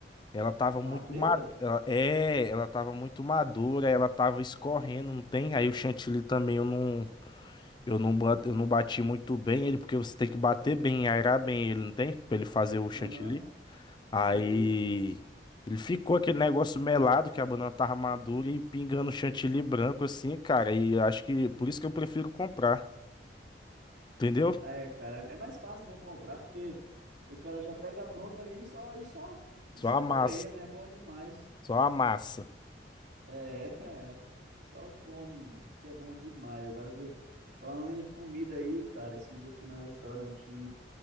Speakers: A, on the left (about 25°); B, on the right (about 80°).
A: Ela tava muito
B: Tava preta?
A: madura. Ela, é, ela tava muito madura, ela tava escorrendo, não tem? Aí o chantilly também eu não, eu não, ba- eu não bati muito bem ele, porque você tem que bater bem, aerar bem ele, não tem? Pra ele fazer o chantilly.
B: Aham, sei.
A: Aí ele ficou aquele negócio melado, que a banana tava madura e pingando chantilly branco assim, cara. E acho que por isso que eu prefiro comprar, entendeu?
B: É, cara, é mais fácil, né, comprar, porque o cara já pega pronta ali e só, e só se
A: Só
B: saboreia,
A: a massa,
B: né? É bom demais.
A: só a massa.
B: É, <laughs> é. só come, mas que é bom demais. Agora eu tô falando em comida aí, cara. Esses dias eu fui num restaurante